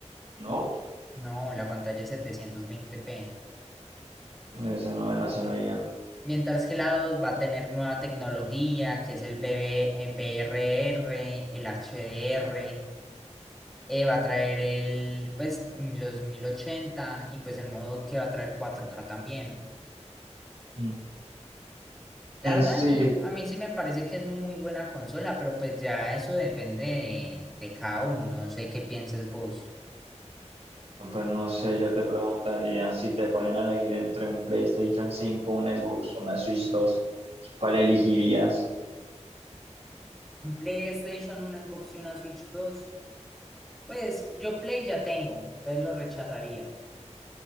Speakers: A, on the right (about 60°); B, in the centre.
A: no,
B: No, la pantalla es setecientos veinte p
A: esa no me la sabía.
B: Mientras que la 2 va a tener nueva tecnología, que es el BB, eh, BRR, el HDR, eh, va a traer el, pues, los 1080 y pues el modo que va a traer 4K también.
A: Mm.
B: La
A: Pues
B: verdad,
A: sí,
B: a mí, a mí sí me parece que es muy buena consola, pero pues ya eso depende de, de cada uno, no sé qué pienses vos.
A: pues no sé, yo te preguntaría si te ponen a elegir entre un PlayStation 5, un Xbox, una Switch 2, ¿cuál elegirías?
B: Un PlayStation, un Xbox y una Switch dos Pues yo Play ya tengo, entonces lo rechazaría.